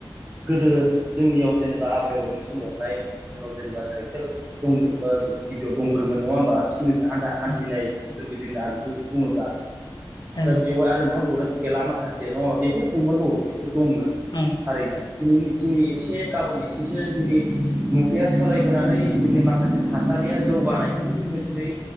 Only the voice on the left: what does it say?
ओं
ओं
ओं